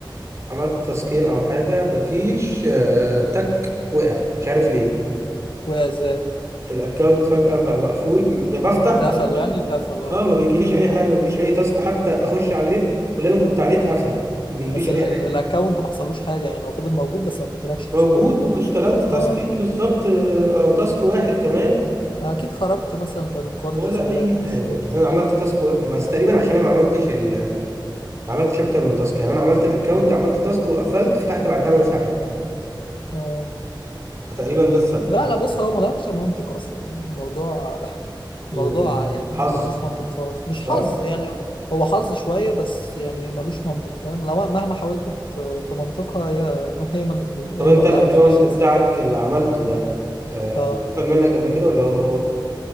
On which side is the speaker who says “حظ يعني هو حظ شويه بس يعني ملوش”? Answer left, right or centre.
Left